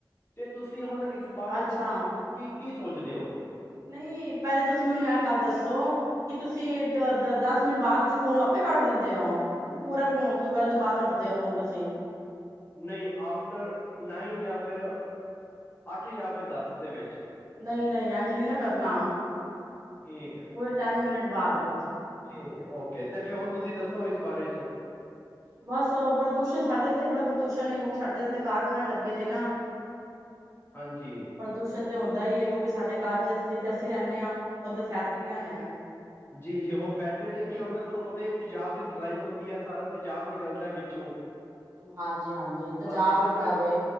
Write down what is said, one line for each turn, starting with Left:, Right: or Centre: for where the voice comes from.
Left: ਤੇ ਤੁਸੀਂ ਹੁਣ ਇਸ ਬਾਰੇ
Right: ਅੱਛਾ
Left: ਚ ਅਸੀਂ ਕੀ ਕੀ ਸੋਚਦੇ ਹੋ
Right: ਨਹੀਂ ਪਹਿਲੇ ਤੁਸੀਂ ਮੈਨੂੰ ਇਹ ਗੱਲ ਦੱਸੋ ਕਿ ਤੁਸੀਂ ਦਸ ਮਿੰਟ ਬਾਅਦ ਤੁਂ ਫ਼ੋਨ ਆਪੇ ਕੱਟ ਦਿੰਦੇ ਹੋ ਤੇ ਪੂਰਾ ਫੋਨ ਤ ਕਰਨ ਤੋਂ ਬਾਅਦ ਕੱਟਦੇ ਹੋ ਫ਼ੋਨ ਤੁਸੀਂ
Left: ਨਹੀਂ ਆਫਟਰ ਨਾਈਨ ਜਾਂ ਫਿਰ ਅੱਠ ਜਾਂ ਫਿਰ ਦਸ ਦੇ ਵਿੱਚ।
Right: ਨਹੀਂ ਨਹੀਂ ਅੰਜਲੀ ਨਾ ਕਰਨਾ
Left: ਠੀਕ ਹੈ
Right: ਪੂਰੇ ਟੈਨ ਮਿੰਟ। ਕਰਵਾ ਦੋ।
Left: ਠੀਕ ਹੈ ਓਕੇ ਤੇ ਫੇਿਰ ਹੁਣ ਤੁਸੀਂ ਦੱਸੋ ਇਸ ਬਾਰੇ ਚ
Right: ਬਸ ਪ੍ਰਦੂਸ਼ਣ ਸਾਡੇ ਇੱਥੇ ਬੜਾ ਪ੍ਰਦੂਸ਼ਣ ਹੈ ਕਿਉਂਕਿ ਸਾਡੇ ਇਥੇ ਕਾਰਖਾਨੇ ਲੱਗੇ ਦੇ ਨਾ।
Left: ਹਾਂਜੀ।
Right: ਪ੍ਰਦੂਸ਼ਣ ਤੇ ਹੁੰਦਾ ਹੀ ਹੈ ਕਿਉਂਕਿ ਸਾਡੇ ਕੱਜ ਜਿੱਥੇ ਅਸੀਂ ਰਹਿੰਦੇ ਹਾਂ ਉੱਧਰ ਫੈਕਟਰੀਆਂ ਨੇ
Left: ਜੀ ਜੀ ਉਹ ਫੈਕਟਰੀ ਜੇ ਕੀ
Right: ਉਧਰ
Left: ਹੁੰਦਾ ਤੁਹਾਨੂੰ
Right: ਹਾਂ
Left: ਪਤਾ ਤਜਾਬ ਦੀ ਦੁਲਾਈ ਆਉਂਦੀ ਹੈ। ਸਾਰਾ ਤਜਾਬ ਨਿਕਲਦਾ ਵਿੱਚੋਂ
Right: ਹਾਂਜੀ ਹਾਂਜੀ ਇੰਤਜ਼ਾਬ
Left: ਹਾਂਜੀ ਤੇ
Right: ਹੁੰਦਾ
Left: ਫਿਰ
Right: ਵੇ